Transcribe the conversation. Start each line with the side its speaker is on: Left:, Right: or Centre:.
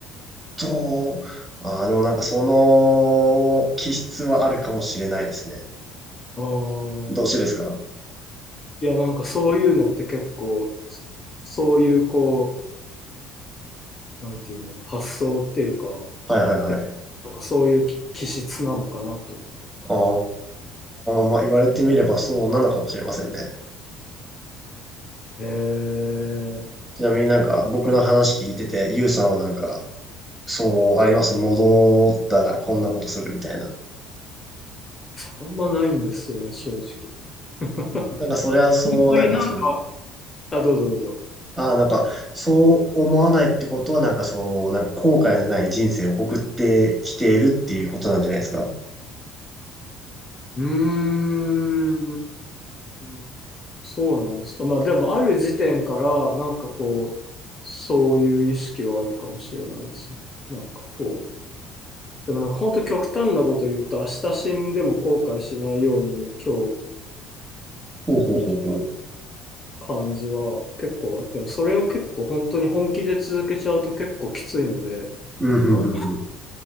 Right: ト、ああ、でもなんかその気質はあるかもしれないですね。
Left: あー
Right: どうしてですか
Left: いや、なんかそういうのって結構、そういうこう、なんていうの、発想っていうか、
Right: はいはいはい。
Left: て、なんかそういう気気質なのかなと思う。
Right: ああ、まあ言われてみればそうなのかもしれませんね。
Left: えー、
Right: ちなみになんか僕の話聞いてて、ゆうさんはなんか、そうあります。戻ったらこんなことするみたいな。
Left: あんまないんですよね、正直。あん
Right: なんかそれはそう、
Left: まりなんか、
Right: なんかその、
Left: あ、どうぞどうぞ。
Right: ああ、なんか、そう思わないってことは、なんかそう、なんか後悔のない人生を送ってきているっていうことなんじゃないですか。
Left: うーん、そうなんですか。まあでも、ある時点から、なんかこう、そういう意識はあるかもしれないですね。なんかこう、でもなんか本当極端なこと言うと、明日死んでも後悔しないように今日
Right: ほうほうほうほう。
Left: 生感じは結構あっても、それを結構本当に本気で続けちゃうと結構きついので、
Right: うん、ふんふんふん。
Left: あ